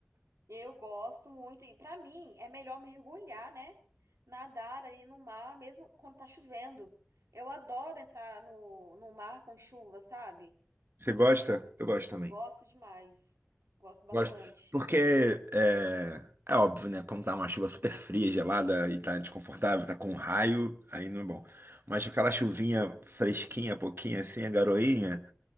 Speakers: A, on the right; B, on the right.
A: Eu gosto muito, e pra mim é melhor mergulhar, né? Nadar ali no mar, mesmo quando tá chovendo. Eu adoro entrar no, no mar com chuva, sabe?
B: Você gosta? Eu gosto também.
A: Gosto demais. Gosto bastante.
B: Gosto. Porque é, é óbvio, né? Como tá uma chuva super fria, gelada e tá desconfortável, tá com raio, aí não é bom. Mas aquela chuvinha fresquinha, pouquinha assim, a garoinha,